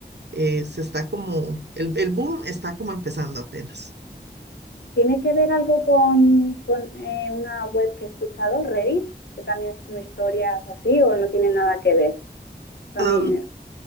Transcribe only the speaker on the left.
¿Tiene que ver algo con, con eh, una web que he escuchado, Reddit, que también es como historias así, o no tiene nada que ver? Son
eh,